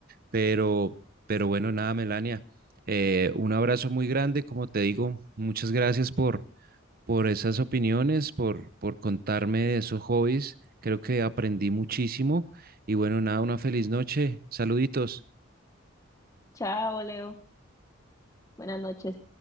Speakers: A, on the right; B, on the left.
A: pero, pero bueno, nada, Melania. eh, un abrazo muy grande, como te digo, muchas gracias por, por esas opiniones, por, por contarme de esos hobbies. Creo que aprendí muchísimo y bueno, nada, una feliz noche. Saluditos.
B: Chao, Leo. Buenas noches.